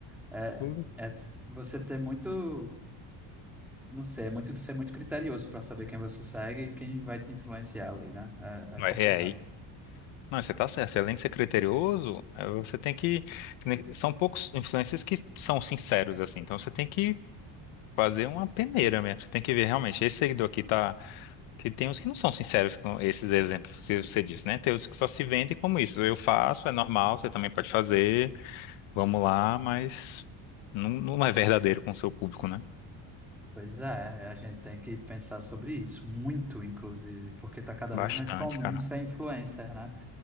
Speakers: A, in the centre; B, on the left.
A: É,
B: Uhum.
A: é s- você ter muito, não sei, é muito, ser muito criterioso para saber quem você segue e quem vai te influenciar ali, né? É, é
B: Ué,
A: complicado.
B: É, e- não, você tá certo. Além de ser criterioso, é, você tem que. que nem- São poucos influencers que são sinceros, assim. Então você tem que fazer uma peneira mesmo. Você tem que ver realmente. Esse seguidor aqui tá. Que tem uns que não são sinceros com esses exemplos que você disse, né? Tem os que só se vendem como isso. Eu faço, é normal, você também pode fazer. Vamos lá, mas não, não é verdadeiro com o seu público, né?
A: Pois é, a gente tem que pensar sobre isso, muito, inclusive, porque está cada
B: Bastante,
A: vez mais comum
B: cara.
A: ser influencer, né? <laughs>